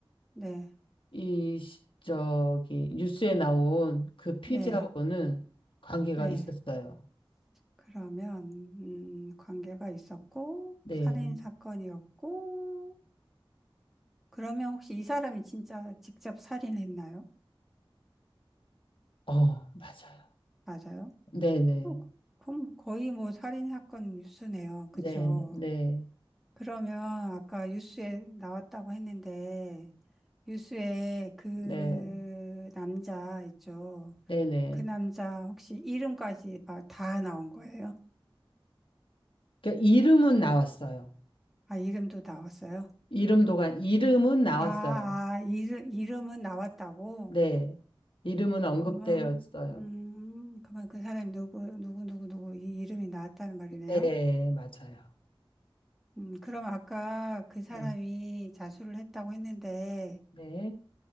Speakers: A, in the centre; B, on the left.
A: 네,
B: 이, 시- 저기, 뉴스에 나온 그 피지하고는
A: 네,
B: 관계가
A: 네.
B: 있었어요.
A: 그러면, 음, 관계가 있었고,
B: 네.
A: 살인사건이었고, 그러면 혹시 이 사람이 진짜 직접 살인했나요?
B: 어, 맞아요.
A: 맞아요?
B: 네네.
A: 어, 그- 그럼 거의 뭐 살인 사건 뉴스네요. 그쵸?
B: 네, 네.
A: 그러면 아까 뉴스에 나왔다고 했는데, 뉴스에 그
B: 네,
A: 남자 있죠?
B: 네네.
A: 그 남자 혹시 이름까지 막 다 나온 거예요?
B: 그러니까 이름은 나왔어요.
A: 아, 이름도 나왔어요?
B: 이름도가, 이름은 나왔어요.
A: 아, 아, 이름, 이름은 나왔다고?
B: 네. 이름은 언급되었어요.
A: 그러면, 음, 그러면 그 사람이 누구, 누구, 누구, 누구, 이 이름이 나왔다는 말이네요?
B: 네, 맞아요.
A: 음, 그럼 아까 그 사람이
B: 네,
A: 자수를 했다고 했는데,
B: 네.